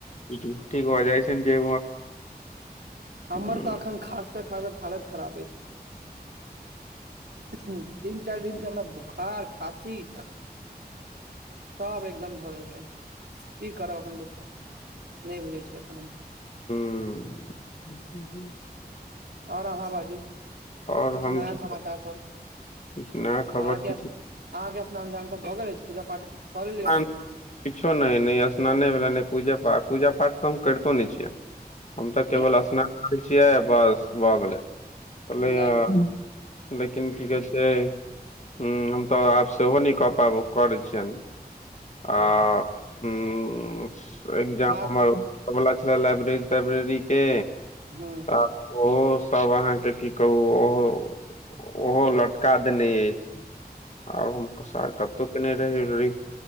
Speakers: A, on the left (about 45°); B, on the right (about 80°).
A: ठीक हय, जाइ जे।
B: हमर
A: हुँ
B: तऽ एखन खासे खास हालत खराब अछि। तीन चार दिन से हमरा बुखार खासी सब एकदम धऽ देलकै की करब एखन नहि बुझै छिये अखन हम
A: हूँ
B: आओर अहाँ बाजू किछ
A: आओर हम
B: नया
A: की
B: समाचार सब
A: किछु नया खबर
B: अहाँके
A: किछु
B: अहाँके स्नान घ्यान सब भऽ गेल अछि पूजा पाठ कऽ लेलियै
A: स्नान
B: अहाँ
A: किछो नहि नहि स्नाने भेलनि नहि पूजा पाठ पूजा पाठ तऽ हम करितो नहि छियै हम तऽ केवल
B: किया
A: स्नान करै छियै बस भऽ गेलै कह
B: नहि नहि
A: लेकिन की कहै छै हूँ हम तऽ आब सेहो नहि कऽ पाब करै छियनि आ
B: ओ
A: एकग्जाम
B: काज
A: हमर हौब बला छला लैब्रेररी तैब्रेररी के
B: हँ
A: आ ओहो सब अहाँके की कहू ओहो ओहो लटका देने अछि आब हम सार कतहु के ने रहहि